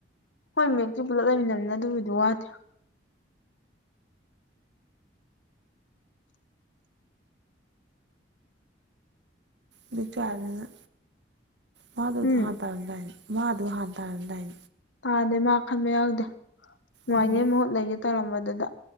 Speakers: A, on the left; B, on the right.
A: ꯍꯣꯏ ꯃꯦꯛꯇꯤ ꯄꯨꯂꯞ ꯂꯩꯃꯤꯟꯅꯃꯤꯅ ꯑꯗꯨꯕꯨꯗꯤ ꯋꯥꯗ꯭ꯔꯦ
B: ꯅ ꯃꯥꯗꯨꯁꯨ
A: ꯎꯝ
B: ꯍ ꯇꯔꯝꯗꯥ ꯃꯥꯗꯨ ꯍꯥꯟꯊꯔꯝꯗꯥꯏ
A: ꯇꯥꯗꯦ ꯃꯥ ꯈꯟꯕ ꯌꯥꯎꯗꯦ
B: ꯎꯝ
A: ꯥꯏꯅꯦ ꯃꯍꯨꯠ ꯂꯩꯒꯦ ꯇꯧꯔꯝꯕꯗꯨꯗ